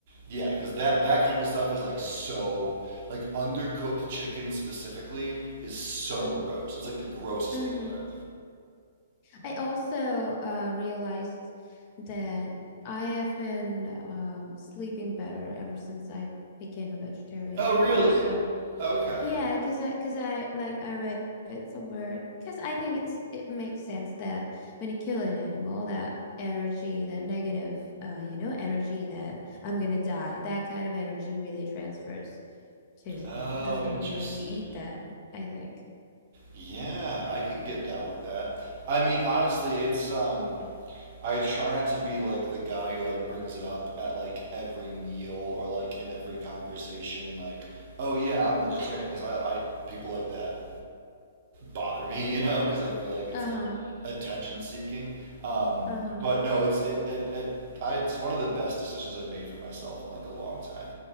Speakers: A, on the right; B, on the left.
A: yeah, because that that kind of stuff is like so like undercooked chicken specifically is so
B: Mm-hmm.
A: gross. It's like the grossest
B: mm-hmm.
A: thing on earth.
B: I also uh, realized that I have been um, sleeping better ever since I became a vegetarian,
A: Oh,
B: and
A: really?
B: also.
A: Okay.
B: Yeah, because I, because I like I read it somewhere. Because I think it's it makes sense that when you kill an animal, that energy, that negative, uh, you know, energy that I'm gonna die, that kind of energy really transfers to
A: Oh,
B: the food,
A: interesting.
B: and then we eat that, I think.
A: Yeah, I can get down with that. I mean, honestly, it's um I try not to be like the guy who like brings it up at like every meal or like in every conversation like, "Oh yeah, I'm vegetarian" because I I people like that bother me, <laughs> you know, because I feel like it's
B: Uh-huh.
A: like attention seeking. Um
B: Uh-huh.
A: but no, it's it, it it I it's one of the best decisions I've made for myself in like a long time.